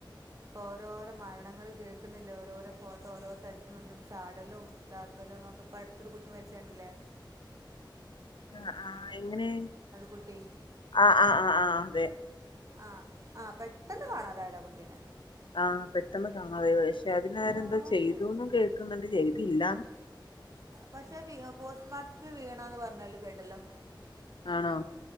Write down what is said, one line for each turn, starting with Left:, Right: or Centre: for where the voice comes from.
Right: ഇപ്പൊ ഓരോരോ മരണങ്ങളൾ കേൾക്കുന്നില്ല ഓരോരോ ഫോ ഇ ഓരോ സ്ഥലത്തും നന്നൊരു ചാടലും ഇതാക്കലന്നൊക്കെപ്പ അടുത്തൊരു കുട്ടി മരിച്ചണ്ടല്ലേ
Left: ആ ആഹ് എങ്ങനെ
Right: കുട്ടി
Left: ആഹ് ആഹ് ആ് ആഹ് അതെ
Right: ആഹ് ആ പെട്ടെന്ന് കാണാതായതാ കുട്ടീനെ
Left: ആഹ് പെട്ടെന്ന് കാണാതയത പക്ഷെ അതിനരെ എന്തോ
Right: ആന്ന്
Left: ചെയ്തുന്നും കേൾക്കുന്നുണ്ട് ചെയ്തു ഇല്ല
Right: പക്ഷെ വി പോസ്റ്റ്മോർട്ടത്തിൽ വീണന്ന് പറഞ്ഞല്ലോ കേട്ട ഹലോ
Left: ആണോ